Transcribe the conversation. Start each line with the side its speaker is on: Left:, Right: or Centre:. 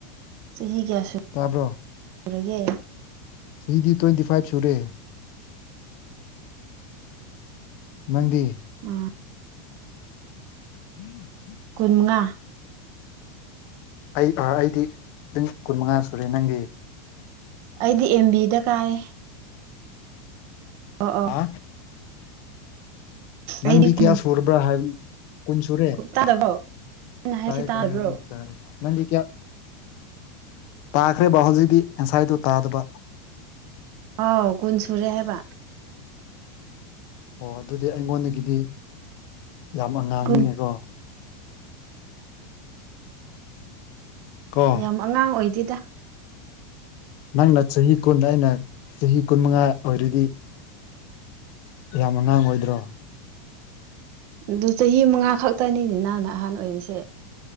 Right: ꯆꯍꯤ ꯀꯌꯥ ꯁꯨꯔꯒꯦ
Left: ꯀꯥꯕ꯭ꯔꯣ
Right: ꯑꯩ
Left: ꯏꯤꯗꯤ ꯇ꯭ꯋꯦꯟꯇꯤ ꯐꯥꯏꯚ ꯁꯨꯔꯦ ꯅꯪꯗꯤ
Right: ꯑꯥ
Left: ꯎꯝ
Right: ꯀꯨꯟꯃꯉꯥ
Left: ꯑꯩ ꯑꯩꯗꯤ ꯄꯨꯡ ꯀꯨꯟꯃꯉꯥ ꯁꯨꯔꯦ ꯅꯪꯒꯤ
Right: ꯑꯩꯗꯤ ꯑꯦꯝꯕꯤꯗ ꯀꯥꯏ ꯑꯣ ꯑꯣ
Left: ꯍꯥ ꯅꯪꯗꯤ
Right: ꯑꯩꯗꯤ ꯀꯨꯟ
Left: ꯀꯌꯥ ꯁꯨꯔꯕ꯭ꯔꯥ ꯍꯥꯏꯕꯅꯤ ꯀꯨꯟ ꯁꯨꯔꯦ
Right: ꯇꯥꯗꯕ꯭ꯔꯣ ꯑꯩꯅ ꯍꯥꯏꯁꯤ
Left: ꯇꯌꯦ
Right: ꯇꯥꯗꯕ꯭ꯔꯣ
Left: ꯇꯥꯌꯦ ꯍꯧꯖꯤꯗꯤ ꯇꯥꯔꯦ ꯅ ꯀꯌꯥ ꯇꯥꯈ꯭ꯔꯦ ꯕꯥꯍꯣꯖꯤꯗꯤ ꯉꯁꯥꯏꯗꯨ ꯇꯥꯗꯕ
Right: ꯑꯥꯎꯒꯨꯟ ꯁꯨꯔꯦ ꯍꯥꯏꯕ
Left: ꯑꯣ ꯑꯗꯨꯗꯤ ꯑꯩꯉꯣꯟꯗꯒꯤꯗꯤ ꯌꯥꯝ ꯑꯉꯥꯡꯅꯤꯅꯦꯀꯣ
Right: ꯀꯨꯟ
Left: ꯀꯣ
Right: ꯌꯥꯝ ꯑꯉꯥꯡ ꯑꯣꯏꯗꯦꯗ
Left: ꯅꯪꯅ ꯆꯍꯤ ꯀꯨꯟ ꯑꯩꯅ ꯆꯍꯤ ꯀꯨꯟ ꯃꯉꯥ ꯑꯣꯏꯔꯗꯤ ꯌꯥꯝ ꯑꯉꯥꯡ ꯑꯣꯏꯗ꯭ꯔꯣ
Right: ꯑꯗꯨ ꯆꯍꯤ ꯃꯉꯥ ꯈꯛꯇꯅꯤꯅꯤ ꯅꯍꯥꯟꯅ ꯑꯍꯥꯟ ꯑꯣꯏꯕꯁꯦ